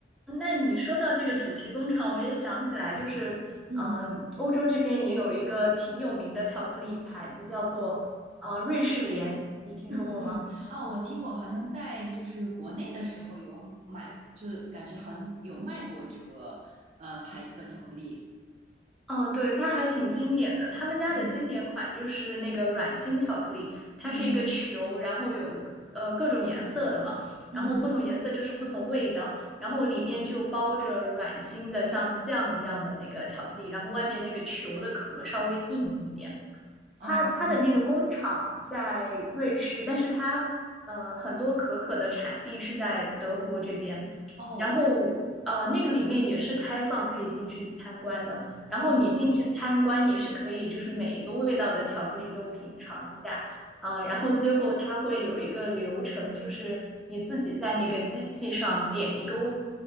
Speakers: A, in the centre; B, on the right.
A: 那你说到这个主题工厂，我也想起来，就是，
B: 嗯。
A: 呃，欧洲这边也有一个挺有名的巧克力牌子，叫做呃瑞士莲，你听说过吗？
B: 嗯嗯，哦，我听过，好像在就是国内的时候有买，就感觉好像有卖过这个呃牌子的巧克力。
A: 嗯，对，它还挺经典的。他们家的经典款就是那个软心巧克力，
B: 嗯
A: 它是一个球，
B: 嗯
A: 然后有呃各种颜色的嘛，
B: 嗯嗯嗯，
A: 然后不同颜色就是不同味道，然后里面就包着软心的像酱一样的那个巧克力，然后外面那个球的壳稍微硬一点。
B: 哦
A: 它它的那个工厂在瑞士，但是它呃很多可可的产地是在德国这边，
B: 哦哦，
A: 然后呃那个里面也是开放可以进去参观的。然后你进去参观，
B: 嗯，
A: 你是可以就是每一个味道的巧克力都品尝一下，啊、然后最后它会有一个流程，就是你自己在那个机器上点一个味